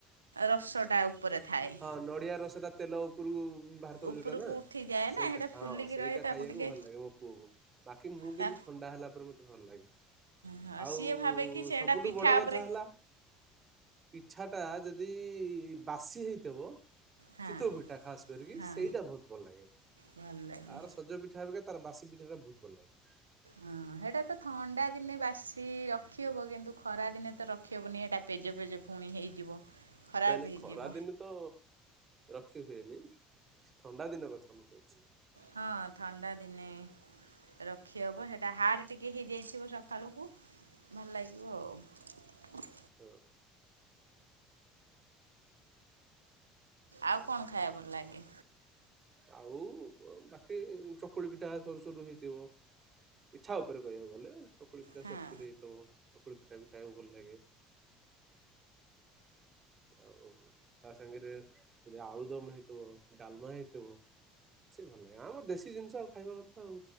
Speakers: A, on the right; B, on the right.
A: ରସ ଟା ଉପରେ ଥାଏ।
B: ହଁ ନଡିଆ ରସଟା ତେଲ ଉପୁରୁକୁ। ଭାରତକୁ
A: ଉପରକୁ
B: ଯୋଉଟା ନା
A: ଉଠିଯାଏ
B: ସେଇଟା
A: ନା
B: ହଁ
A: ଫୁଲିକି
B: ସେଇଟା
A: ରହେ ତାକୁ
B: ଖାଇବାକୁ
A: ଟିକେ
B: ଭଲ ଲାଗେ ମୋ ପୁଅକୁ ବାକି ମୁଁ
A: ତା
B: କିନ୍ତୁ ଥଣ୍ଡା ହେଲା ପରେ ମୋତେ ଭଲ ଲାଗେ
A: ହଁ
B: ଆଉ
A: ସିଏ ଭାବେ କି ସେଇଟା
B: ସବୁଠୁ
A: ପିଠା
B: ବଡ଼ କଥା
A: ଉପରେ
B: ହେଲା ପିଠା ଟା ଯଦି ବାସି ହେଇଥିବ
A: ହଁ
B: ଚିତଉ ପିଠା ଖାସ୍‌ କରିକି
A: ହଁ
B: ସେଇଟା ବହୁତ ଭଲ ଲାଗେ
A: ଭଲ ଲାଗେ।
B: ଆଉ ସଜ ପିଠା ଅବିକା ତାର ବାସି ପିଠା ବହୁତ ଭଲ ଲାଗେ।
A: ହଁ ହେଇଟା ତ ଥଣ୍ଡା ଦିନେ ବାସି ରଖି ହବ କିନ୍ତୁ ଖରା ଦିନେ ତ ରଖିେବନି ଏଇଟା ପେଜ ପେଜ ପୁଣି ହେଇଯିବ। ଖରାପ
B: ନାଇଁ ନାଇଁ
A: ହେଇଯିବ
B: ଖରା ଦିନ ତ ରଖି ହୁଏନି ଥଣ୍ଡା ଦିନ କଥା ମୁଁ କହୁଛି।
A: ହଁ ଥଣ୍ଡା ଦିନେ ରଖି ହବ ହେଟା ହାଡ୍ ଟିକେ ହେଇଯାଇଥିବ ସକାଳକୁ। ଭଲ ଲାଗିବ ଆଉ।
B: ହଁ।
A: ଆଉ କଣ ଖାଇବା ଭଲ ଲାଗେ?
B: ଆଉ ବାକି ଚକୁଳି ପିଠା ସରୁ ସରୁ ହେଇଥିବ। ପିଠା ଉପରେ କହିବାକୁ ଗଲେ ଚକୁଳି ପିଠା
A: ହଁ।
B: ସରୁସରୁ ହେଇଥିବ ଚକୁଲି ପିଠା ବି ଖାଇବାକୁ ଭଲ ଲାଗେ। ଆଉ ତା ସାଙ୍ଗରେ ଯଦି ଆଳୁଦମ ହେଇଥିବ ଡାଲମା ହେଇଥିବ ସେ ଭଲ ଲାଗେ ଆମ ଦେଶି ଜିନିଷ ଆଉ ଖାଇବା କଥା ଆଉ।